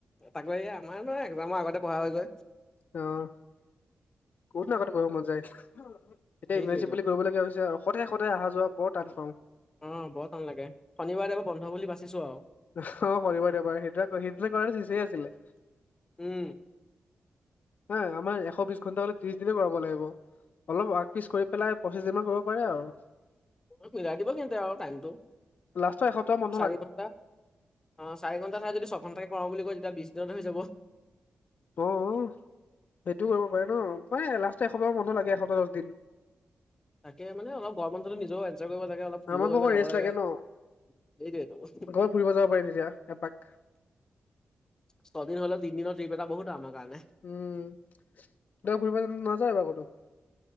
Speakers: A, on the left; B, on the left.
A: তাকে এই আমাৰ নো একজামৰ আগতে পঢ়া হয় যে?
B: অঁ, ক'তনো আগতে পঢ়িব মন যায় এতিয়া
A: সেইটোৱেটো
B: ইণ্টাৰ্ণচিপ বুলি কৰিব লগীয়া হৈছে আৰু। সদায় সদায় অহা যোৱা বৰ টান পাওঁ।
A: অঁ বৰ টান লাগে। শনিবাৰে- দেওবাৰে বন্ধ বুলি বাচিছো আৰু।
B: অঁহ শনিবাৰে- দেওবাৰে সেইদুটা সেইদিনা কৰা হ'লে চিচেই আছিলে।
A: উমঁ।
B: এ আমাৰ এশ বিশ ঘণ্টা মানে ত্ৰিশ দিনে কৰাব লাগিব। অলপ আগ পিচ কৰি পেলাই পঁচিশ দিন মান কৰিব পাৰে আৰু।
A: উম মিলাই দিব কিন্তু আৰু টাইমটো।
B: লাষ্টৰ এসপ্তাহ ম
A: চাৰি ঘণ্টা, অঁ চাৰি ঘণ্টা ঠাইত যদি ছঘন্টাকে কৰাওঁ বুলি কয় যেতিয়া বিশ দিনতে হৈ যাব।
B: অঁ সেইটো কৰিব পাৰে ন, মানে লাষ্টৰ এসপ্তাহ মান বন্ধ লাগে এসপ্তাহ দচদিন।
A: তাকে মান অলপ গৰম বন্ধটো নিজও এঞ্জয় কৰিব লাগে অলপ। ফুৰিব
B: আমাকো
A: কৰিব
B: অকণ
A: যাব
B: ৰেষ্ট
A: লাগে,
B: ন
A: সেইটোৱেইটো।
B: ঘৰত ফুৰিব যাব পাৰিম তেতিয়া এপাক।
A: ছয়দিন হ'লেও তিনিদিনৰ ট্ৰিপ এটা বহুত আমাৰ কাৰণে।
B: উমঁ তই ঘুৰিব নাযায় এবাৰ কতো?